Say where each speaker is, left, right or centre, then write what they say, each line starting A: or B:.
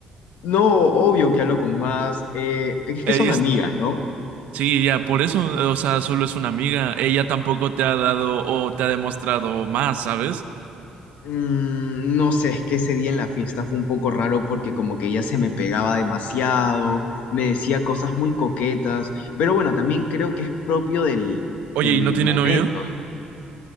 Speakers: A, on the left; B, on the right.
A: no, obvio que hablo con más. eh, es
B: Ella
A: que son
B: está,
A: amigas, ¿no?
B: sí, ya, por eso, eh, o sea, solo es una amiga. Ella tampoco te ha dado o te ha demostrado más, ¿sabes?
A: Mm, no sé, es que ese día en la fiesta fue un poco raro porque como que ella se me pegaba demasiado, me decía cosas muy coquetas, pero bueno, también creo que es propio del, del
B: Oye, ¿y no tiene
A: momento,
B: novio?
A: ¿no?